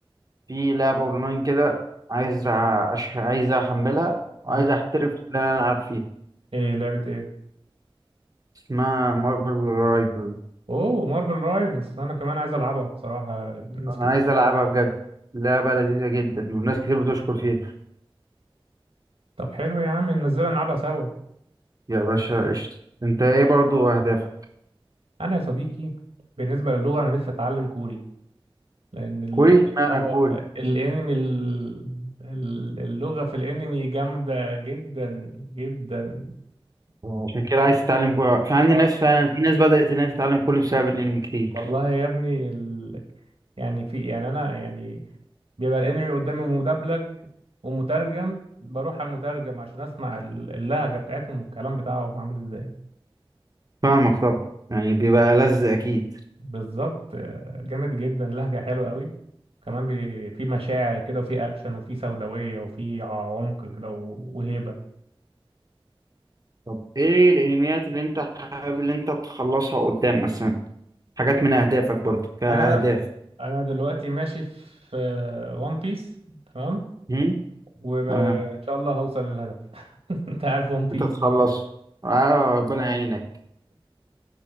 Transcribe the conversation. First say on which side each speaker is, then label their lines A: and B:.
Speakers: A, on the right (about 40°); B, on the right (about 80°).
A: في لعبة أونلاين كده عايز أ- أش... عايز أحملها وعايز
B: اه
A: أحترف إن أنا ألعب فيها
B: ايه لعبة ايه
A: اسمها مارفل رايفل
B: اوه مارفل رايفلز انا كمان عايز العبها بصراحة ناس
A: انا
B: كتير
A: عايز
B: بتلعبها.
A: العبها بجد لعبه لذيذه جدا والناس كتير بتشكر فيها
B: طب حلو يا عم ننزلها نلعبها سوا
A: يا باشا قشطه انت ايه برضو اهدافك
B: انا يا صديقي بالنسبة للغة انا نفسي اتعلم كوري لان الانمي
A: كوري اشمعنى
B: اه
A: كوري
B: الانمي ال- ال- اللغة في الانمي جامدة جدا جدا
A: عشان كده عايز تتعلم كوري في عندي
B: اه
A: ناس فعلا في ناس بدأت انها تتعلم كوري بسبب الانمي كتير
B: والله يا ابني ال... يعني في يعني انا يعني بيبقى الانمي قدامي مدبلج ومترجم بروح على المترجم عشان اسمع ال- اللهجه بتاعتهم والكلام بتاعهم عامل ازاي
A: فاهمك طبعا يعني بيبقى لذ اكيد
B: بالظبط آه، جامد جدا لهجه حلوه قوي كمان بي... في مشاعر كده وفي اكشن وفي سوداويه وفي ع- عمق كده و- وهيبه
A: طب ايه الانميات اللي انت حابب اللي انت تخلصها قدام مثلا حاجات من اهدافك برضو كاهداف
B: انا انا دلوقتي ماشي في ون بيس تمام
A: هم؟
B: وان
A: تمام
B: شاء الله هوصل للهدف <laughs> انت عارف ون بيس
A: انت تخلص اه ربنا يعينك